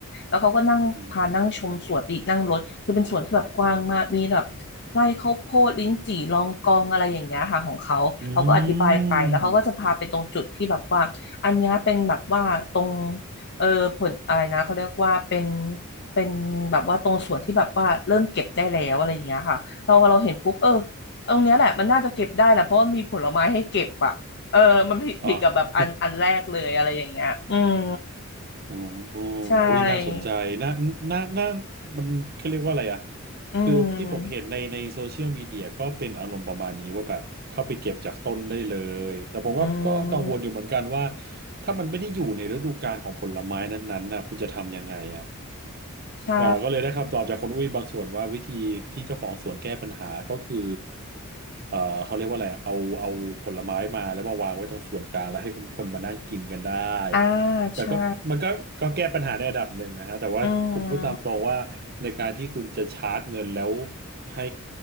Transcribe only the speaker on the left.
แล้วเขาก็นั่งพานั่งชมสวนไปอีกนั่งรถคือเป็นสวนที่แบบกว้างมากมีแบบไร่ข้าวโพดลิ้นจี่ลองกองอะไรอย่างเงี้ยค่ะของเขาเขาก็อธิบายไปแล้วเขาก็จะพาไปตรงจุดที่แบบว่าอันเนี้ยเป็นแบบว่าตรง
เออผลอะไรนะเขาเรียกว่าเป็นเป็นแบบว่าตรงส่วนที่แบบว่าเริ่มเก็บได้แล้วอะไรอย่างเงี้ยค่ะเราเราเห็นปุ๊บเออตรงเนี้ยแหละมันน่าจะเก็บได้แหละเพราะว่ามีผลไม้ให้เก็บอะ เออ มันผิดผิดกับแบบอันอันแรกเลยอะไรอย่างเงี้ยอืม
ใช่
อืม
อืม
ใช่
อ่า
ใช่ อืม